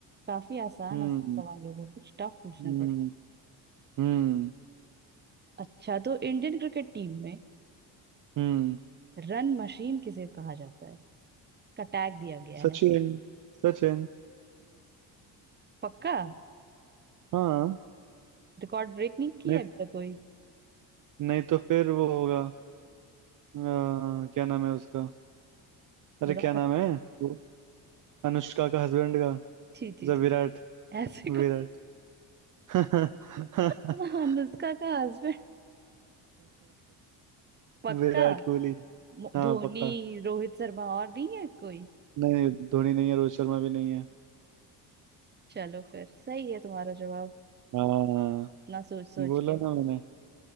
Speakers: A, on the right; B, on the right.
A: काफी आसान
B: हम्म
A: आसान सवाल होगा कुछ टफ पूछना
B: हम्म
A: पड़े
B: हम्म
A: अच्छा तो इंडियन क्रिकेट टीम में
B: हम्म
A: रन मशीन किसे कहा जाता है इसका टैग दिया गया
B: सचिन
A: है
B: सचिन
A: पक्का
B: हाँ
A: रिकॉर्ड ब्रेक नहीं किया
B: नहीं
A: है अब तक कोई
B: नहीं तो फिर वो होगा अ, क्या नाम है उसका अरे
A: बताओ
B: क्या नाम है वो अनुष्का का हस्बैंड का
A: जी
B: अच्छा
A: जी जी
B: विराट
A: ऐसे
B: विराट <laughs>
A: कौन <laughs> अनुष्का का हस्बैंड पक्का
B: विराट कोहली
A: मो-
B: हाँ
A: धोनी
B: पक्का
A: रोहित शर्मा और नहीं है कोई
B: नहीं धोनी नहीं है रोहित शर्मा भी नहीं है
A: चलो फिर सही है तुम्हारा जवाब
B: हाँ
A: इतना सोच सोच
B: बोला
A: के
B: ना मैंने